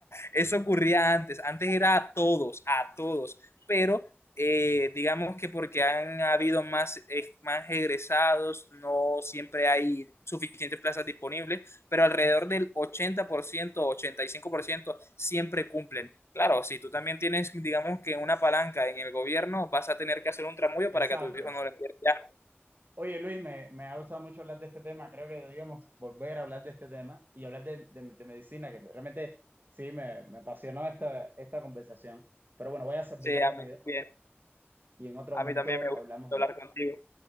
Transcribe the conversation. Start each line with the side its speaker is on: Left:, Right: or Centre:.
Left: eso ocurría antes, antes era a todos, a todos, pero eh, digamos que porque han habido más, eh, más egresados, no siempre hay suficientes plazas disponibles, pero alrededor del ochenta ochenta por ciento ochenta y cinco por ciento siempre cumplen. Claro, si tú también tienes, digamos que una palanca en el gobierno, vas a tener que hacer un tramullo para
Right: Exacto.
Left: que a tu hijo no lo pierda.
Right: Oye, Luis, me, me ha gustado mucho hablar de este tema. Creo que deberíamos volver a hablar de este tema y hablar de, de- de medicina, que realmente sí, me, me apasionó esta, esta conversación. Pero bueno, voy a servir
Left: Sí,
Right: la
Left: a
Right: comida
Left: mí también,
Right: y en otro
Left: a
Right: momento
Left: mí también me gusta
Right: hablamos
Left: hablar
Right: de esto.
Left: contigo